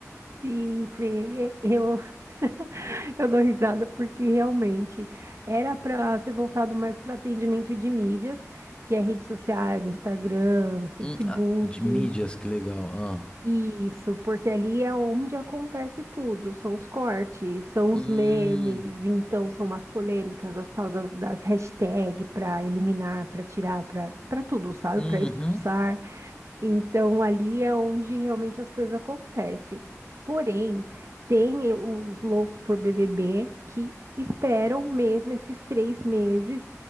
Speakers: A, on the right (about 60°); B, on the left (about 20°).
A: Sim, Fê. Eu, <laughs> eu dou risada porque realmente era para ser voltado mais para atendimento de mídias, que é redes sociais, Instagram, Facebook.
B: Hum, ah, de mídias, que legal. Ah.
A: Isso, porque ali é onde acontece tudo. São os cortes, são
B: Hum,
A: os memes, então são as polêmicas, as tal das, das hashtags para eliminar, para tirar, para para tudo, sabe?
B: uhum.
A: Para expulsar. Então, ali é onde realmente as coisas acontecem. Porém, tem os loucos por BBB que esperam mesmo esses três meses,